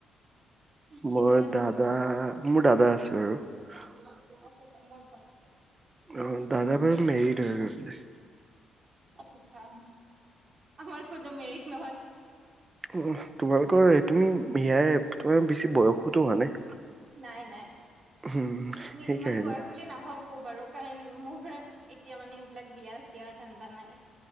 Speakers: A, on the right; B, on the right.
A: সেইটো
B: মোৰ
A: মই
B: দাদা,
A: জানো আৰু।
B: মোৰ দাদা আছে, আৰু
A: আচ্ছা, আচ্ছা। মোৰ ভণ্টী আছে।
B: অ', দাদা বাৰু মেৰিড হৈ গৈছে।
A: আচ্ছা আমাৰ কোনো মেৰিড নহয়
B: উহ। তোমালোকৰ, তুমি, সেয়াই, তোমাৰ বেছি বয়সোতো হোৱা নাই?
A: নাই, নাই।
B: উম
A: আমি
B: সেইকাৰণে
A: ইমান বয়স বুলি নাভাবোঁ বাৰু কাৰণ মোৰ এতিয়া, মানে, এইবিলাক বিয়াৰ চিয়াৰ ধান্দা নাই।